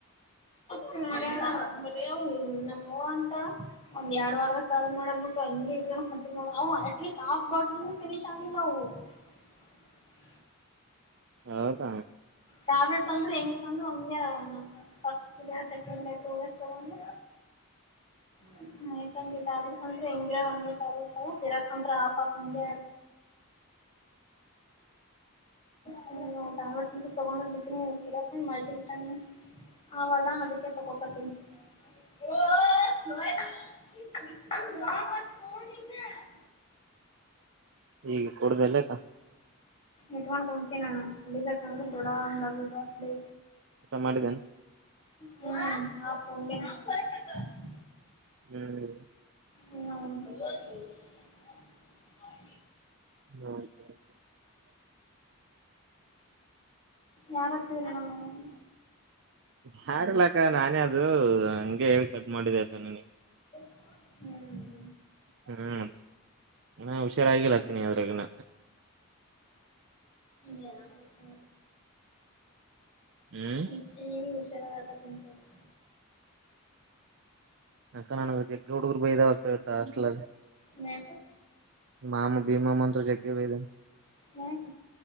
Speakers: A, on the left (about 35°); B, on the right (about 55°).
A: ತ ನಮ್ಮ ಅವ ಅಂತ ಒಂದ್ ಎರಡ್ ವಾರಕ್ಕ. ಮಾಡಕ್ ಬಿಟ್ಟು ಹಂ ಇವು ಅಟ್ಲೀಸ್ಟ್ ಹಫ್ ಬಾಟಲ್ ಫಿನಿಶ್ ಆಗಿಲ್ಲ ಅವು‌. ಹಾಯ್ <unintelligible>
B: ಹೌದ.
A: ಟ್ಯಾಬ್ಲೆಟ್ಸ್ ಅಂದ್ರೂ ಹೆಂಗ್ಂದ ಒಮಗೆ first day second day two days ತಗೊಂಡು. ಹೆಲ್ <unintelligible> ಆಯ್ತ್ ಹಂಗೆ ಟ್ಯಾಬ್ಲೆಟ್ ಅತ್ರಿ ಹಿಂಗ್ರ ಒಂದ ಟ್ಯಾಬ್ಲೆಟ್ಸ್ ಸಿರಪ್ ಅಂತ್ರ ಆಫ್ ಆಫ್ ಹಂಗ. ತರ ಸ <unintelligible> ತಗೊಂಡ್ ಬಿತೀನಿ ಸಿರಪ್ ಮಲ್ಟಿ ವಿಟಾನಿ ಅವಲ್ಲ ಅದಕ್ಕೆ ತಕೋಕೋತೀನಿ. ಓ ಸ <unintelligible> ಛಕ <unintelligible>
B: ಈಗೆ ಕುಡ್ದಲ್ಲಕ್ಕ.
A: ಇಟ್ ಮಾಡ್ಕೊತೀನ ನಾನ ಕುಡಿಬೇಕಂದ್ರೂ ದೊಡ ಒಂದಟಾಸ್ಲಿ
B: ಊಟ ಮಾಡಿದ್ದೇನೆ.
A: ಹ್ಮ ಹಾಪೊಂಡ <unintelligible>
B: ಹ್ಮ್ ಹ್ಮ <unintelligible>
A: ಇನ್ನ ಹ <unintelligible>
B: ಹ್ಮತ <unintelligible>
A: ಯಾರೊಚಮ್ಮ <unintelligible>
B: ಯಾರ್ಲಕ್ಕ ನಾನೇ ಅದು ಹಂಗೆ ಹೇಳಿ ಕಟ್ ಮಾಡಿದೆ ಅಕ್ಕ ನನಗ್‌.
A: ಹ್ಮ್ <unintelligible>
B: ಹ್ಮ್ ಇ ಹುಷಾರಾಗಿಲ್ಲಕ್ಕನಿ ಅದ್ರಗನ.
A: ಯ ಹಸ <unintelligible>
B: ಹ್ಮ್
A: ಹ ಹುಷಾರ ಆಟ ತಿಂತ <unintelligible>
B: ಅಕ್ಕ ನನ ಜಗ್ಗೆ ಹುಡುಗರು ಬೈದಾವಪ್ಪ ಇಳ್ತ ಹಾಸ್ಟೆಲ್ಲಿ.
A: ಮ <unintelligible>
B: ಮಾಮ ಬಿಮ ಮಂತ್ರ ಜಗ್ಗೆ ವೇದ.
A: ಯಾಕ